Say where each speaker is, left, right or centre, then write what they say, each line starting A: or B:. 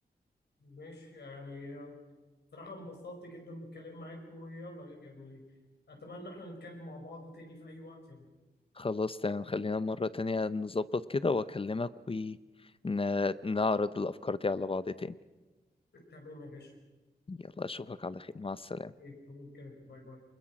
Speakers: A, on the left (about 85°); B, on the left (about 35°).
A: ماشي يعني آه، صراحة انبسطت جدا بالكلام معاك ويلا يعني أتمنى احنا نتكلم مع بعض تاني في أي وقت يعني
B: خلاص تمام خلينا مرة تانية نظبط كده وأكلمك ونعرض الأفكار دي على بعض تاني
A: تمام يا باشا
B: يلا أشوفك على خير مع السلامة
A: اوكي اوكي باي باي